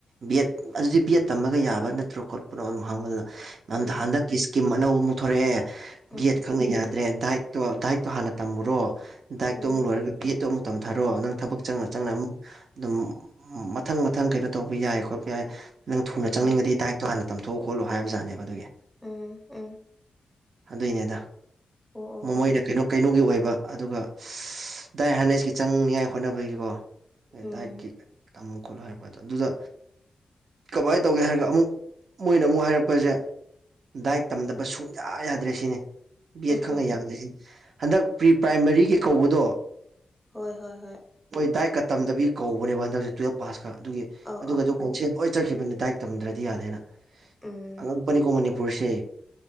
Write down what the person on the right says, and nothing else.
ꯕꯤꯑꯦꯠ ꯑꯗꯨꯗꯤ ꯕꯤꯑꯦꯠ ꯇꯝꯃꯒ ꯌꯥꯕ ꯅꯠꯇ꯭ꯔꯣ ꯈꯣꯠ ꯄꯨꯝꯅꯃꯛ ꯑꯗꯨꯝ ꯍꯪꯕꯗꯗꯨꯗ ꯅꯍꯟꯗ
ꯍꯟꯗꯛꯀꯤ ꯏꯁꯀꯤꯝ ꯑꯅꯧꯕ ꯑꯃꯨꯛ ꯊꯣꯛꯔꯛꯑꯦ
ꯕꯤꯑꯦꯗ
ꯈꯪꯅ ꯌꯥ ꯇꯔ꯭ꯦꯟ ꯗꯥꯏꯛꯇꯣ ꯗꯥꯏꯛꯇꯣ ꯍꯥꯟꯅ ꯇꯝꯃꯨꯔ ꯗꯥꯏꯛꯇꯣ
ꯑꯃꯨꯛ ꯂꯣꯏꯔꯒ ꯕꯦꯠꯇꯣ ꯑꯃꯨꯛ ꯇꯝꯊꯔꯣ ꯅꯪ ꯊꯕꯛ ꯆꯪꯅ ꯆꯪꯅ ꯑꯃꯨꯛ ꯑꯗꯨꯝ ꯃꯊꯪ ꯃꯊꯪ ꯀꯩꯅꯣ ꯇꯧꯕ ꯌꯥꯏ ꯈꯣꯠꯄ ꯌꯥꯏ ꯅꯪ ꯊꯨꯅ ꯆꯪꯅꯤꯡꯉꯗꯤ
ꯗꯥꯏꯠꯇꯣ ꯍꯥꯟꯅ ꯇꯝꯊꯣꯛꯑꯣ ꯈꯣꯠꯂꯣ ꯍꯥꯏꯕꯖꯥꯠꯅꯦꯕ ꯑꯗꯨꯒꯤ
ꯑꯗꯨꯏꯅꯦꯗ
ꯃꯃꯣꯏꯅ
ꯀꯩꯅꯣ ꯀꯩꯅꯣꯒꯤ ꯑꯣꯏꯕ ꯑꯗꯨꯒ ꯗꯥꯏ ꯍꯥꯏꯔꯅꯦꯁꯀꯤ ꯆꯪꯅꯤꯉꯥꯏ ꯍꯣꯠꯅꯕꯒꯤꯀꯣ
ꯗꯥꯏꯛꯀꯤ ꯇꯝꯃꯨ ꯈꯣꯠꯂꯣ ꯍꯥꯏꯔꯛꯄꯗ ꯑꯗꯨꯗ ꯀꯃꯥꯏꯅ ꯇꯧꯒꯦ ꯍꯥꯏꯔꯒ ꯑꯃꯨꯛ ꯃꯣꯏꯅ ꯑꯃꯨꯛ ꯍꯥꯏꯔꯛꯄꯁꯦ ꯗꯥꯏꯠ ꯇꯝꯗꯕ ꯁꯨꯡꯌꯥ ꯌꯥꯗ꯭ꯔꯦ ꯁꯤꯅꯤ ꯕꯤ
ꯑꯦꯗ ꯈꯛꯅ
ꯌꯥꯝꯖꯁꯤ
ꯍꯟꯗꯛ ꯄ꯭ꯔꯤ ꯄ꯭ꯔꯥꯏꯃꯥꯔꯤꯒꯤ ꯀꯧꯕꯗꯣ
ꯍꯣꯏ ꯗꯥꯏꯠꯀ ꯇꯝꯗꯕꯤ ꯀꯧꯕꯅꯦꯕ ꯍꯟꯗꯛꯁꯦ ꯇꯨꯋꯦꯜꯞ ꯄꯥꯁꯀ ꯑꯗꯨꯒꯤ
ꯑꯗꯨꯒꯗꯨ
ꯈꯪꯁꯦ ꯂꯣꯏ ꯆꯠꯈꯤꯕꯅꯤ ꯗꯥꯏꯛ ꯇꯝꯗ꯭ꯔꯗꯤ ꯌꯥꯗꯦꯅ
ꯑꯉꯛꯄꯅꯤꯀꯣ ꯃꯅꯤꯄꯨꯔꯁꯦ